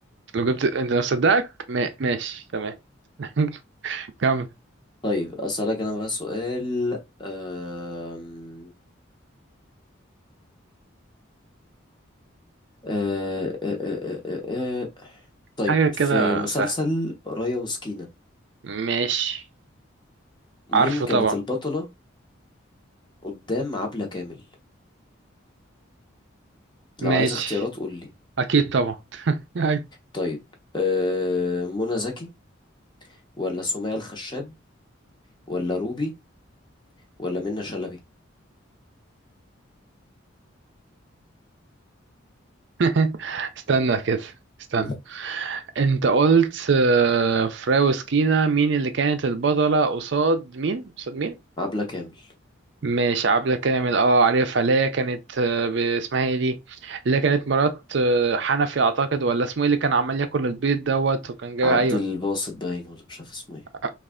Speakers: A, on the right; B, on the left.
A: لو جبت انت لو صدقك ما... ماشي تمام <laughs> كمل
B: طيب أسألك أنا بقى سؤال أم... أه... أه... أه... أه... أه... آه. طيب
A: حاجه كده
B: في مسلسل
A: سهله
B: رايا وسكينة
A: ماشي
B: مين
A: عارفه
B: كانت
A: طبعا
B: البطلة قدام عبلة كامل
A: ماشي
B: لو عايز اختيارات قول لي
A: اكيد طبعا <laughs> أيوة.
B: طيب أه... منى زكي ولا سمية الخشاب ولا روبي ولا منة شلبي
A: <laughs> استنى كده استنى
B: مم.
A: انت قلت آه، فراوسكينا مين اللي كانت البطله قصاد مين قصاد مين
B: عبلة كامل
A: ماشي عبلة كامل اه عارفها اللي هي كانت آه، ب- اسمها ايه دي اللي هي كانت مرات آه، حنفي اعتقد ولا اسمه ايه اللي كان عمال ياكل البيض دوت وكان جاي
B: عبد
A: ايوه
B: الباسط باين ولا مش عارف اسمه ايه
A: اه